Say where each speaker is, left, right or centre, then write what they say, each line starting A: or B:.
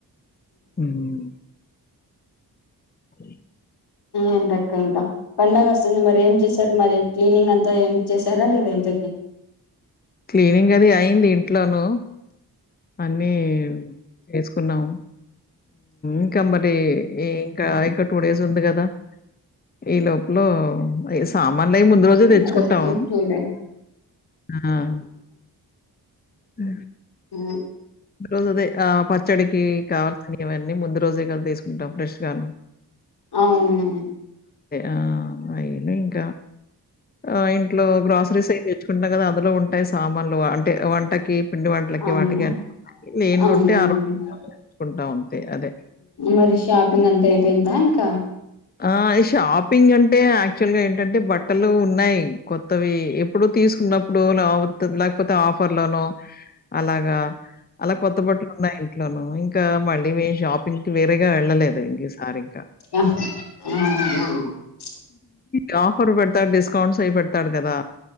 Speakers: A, on the left; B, on the left.
A: ఉమ్మ్ కో
B: ఏంటి అక్క ఇంకా పండగ వస్తుంది మరి ఏం చేస్తు సార్ మరి క్లీనింగ్ అంతా ఏం చేసారా లేదా ఇంతకి
A: క్లీనింగ్ అది అయి్యంది ఇంట్లోనుూ అన్నీ వేసుకున్నాము ఇంకా మరి ఈ ఇంకా ఇంకా టూ డేస్ ఉంది కదా ఈ లోపలో సామాన్లు అయ్య ముందు రోజే తెచ్చుకుంటాము
B: ఇంకా చూడే
A: హ్మ్మ్ హ
B: హ
A: రోజు అదే ఆ పచ్చడికి కావల్సని ఇవన్నీ ముందు రోజే కలి తీసుకుంటాం ఫ్రెష్‌గాను.
B: అవును
A: ఆ అయిన ఇంకా ఆ ఇంట్లో గ్రాసరీస్ అయి తెచ్చుకుంటాం కదా అందులో ఉంటాయి సామాన్లు అంటే వంట వాంటకి పిండి వంటలకి
B: అవును
A: వాటికి
B: అవును
A: లేనిదుంటే ఆ రోజు తెచ్చుకుంటాం అంతే. అదే.
B: మరి షాపింగ్ అంతా అయిపోయిందా ఇంకా
A: ఆ షాపింగ్ అంటే యాక్చువల్గా ఏంటంటే బట్టలు ఉన్నాయి కొత్తవి ఎప్పుడు తీసుకున్నప్పుడు లేకపోతే ఆఫర్ లోన అలాగా అలా కొత్త కొత్త బట్టలు ఇంట్లోను ఇంకా మళ్ళీ వే షాపింగ్ కి వేరేగా వెళ్ళలేదు ఇం సరింక
B: ఆ
A: రహురి పెట్ ఇంకా డిస్కౌంట్స్ అయి పెడతాడు కదా